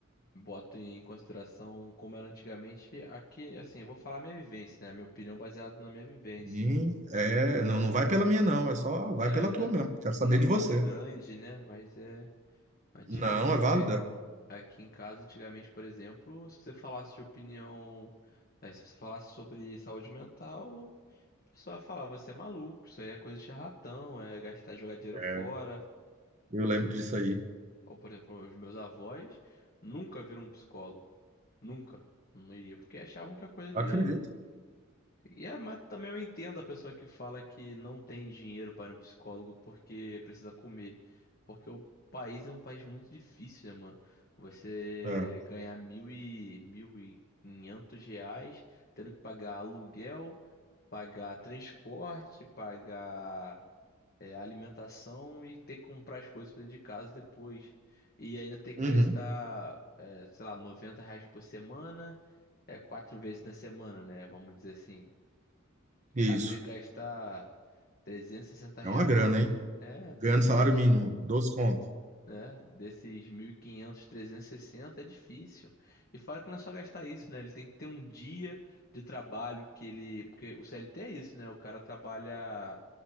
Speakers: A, on the left; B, on the right.
A: boto em consideração como era antigamente. Aqui, assim, eu vou falar minha vivência, né? Minha opinião baseada na minha vivência.
B: Uhum. É, não, não vai pela minha, não. É só, vai
A: É,
B: pela
A: na-
B: tua mesmo. Quero saber
A: não é tão
B: de você.
A: grande, né? Mas é. Antigamente,
B: Não, é válida.
A: é- aqui em casa, antigamente, por exemplo, se você falasse de opinião. né, se você falasse sobre saúde mental. O pessoal ia falar, você é maluco, isso aí é coisa de charlatão, é gastar, jogar dinheiro
B: É,
A: fora.
B: eu lembro disso aí.
A: Ou, por exemplo, os meus avós nunca viram um psicólogo. Nunca. Não iria, porque achavam que é coisa de.
B: Acredito.
A: E é, mas também eu entendo a pessoa que fala que não tem dinheiro para ir no psicólogo porque precisa comer. Porque o país é um país muito difícil, né, mano? Você
B: É.
A: ganhar mil e mil e quinhentos reais, tendo que pagar aluguel, pagar transporte, pagar é, a alimentação e ter que comprar as coisas pra dentro de casa depois. E ainda ter que
B: Uhum.
A: gastar, é, sei lá, 90 reais por semana, é, quatro vezes na semana, né? Vamos dizer assim.
B: Isso.
A: O cara teria que gastar 360 reais.
B: É uma grana, hein?
A: É, desses,
B: Ganhando salário mínimo, dois contos.
A: né? Desses 1.500, 360 é difícil. E fora que não é só gastar isso, né? Ele tem que ter um dia de trabalho que ele. Porque o CLT é isso, né? O cara trabalha.